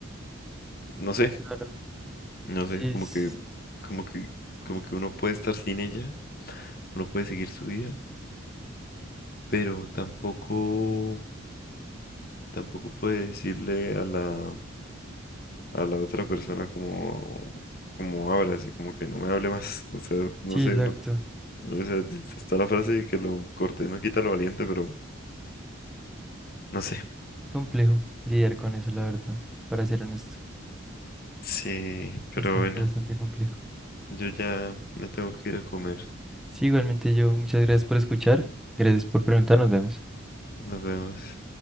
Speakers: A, on the left; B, in the centre.
A: No sé,
B: Claro.
A: no
B: Sí,
A: sé, como
B: es-
A: que, como que, como que uno puede estar sin ella, uno puede seguir su vida, pero tampoco, tampoco puede decirle a la a la otra persona como, como habla, así como que no me hable más. <laughs> O sea, no
B: sí,
A: sé,
B: exacto.
A: uno, o sea, está la frase de que lo corté, no quita lo valiente, pero no sé.
B: Complejo lidiar con eso, la verdad, para ser honesto.
A: Sí, pero
B: Bastante,
A: bueno,
B: bastante complejo.
A: yo ya me tengo que ir a comer.
B: Sí, igualmente yo, muchas gracias por escuchar. Gracias por preguntar, nos vemos.
A: Nos vemos.